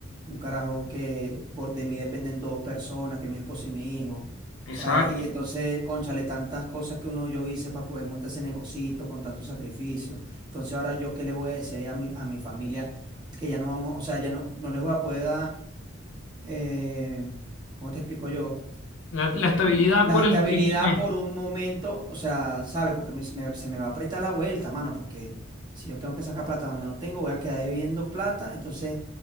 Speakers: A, on the right; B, on the left.
A: un carajo que por, de mí dependen dos personas, que mi esposo y mi hijo.
B: Exacto.
A: O sea, y entonces, cónchale, tantas cosas que uno yo hice para poder montar ese negocito con tanto sacrificio. Entonces ahora yo qué le voy a decir ahí a mi, a mi familia que ya no vamos, o sea, ya no, no les voy a poder dar, eh, ¿cómo te explico yo?
B: La, la estabilidad
A: La
B: por
A: estabilidad
B: el por este mes.
A: por un momento, o sea, ¿sabes? Porque me- se me se me va a apretar la vuelta, mano, porque si yo tengo que sacar plata donde no tengo, voy a quedar debiendo plata, entonces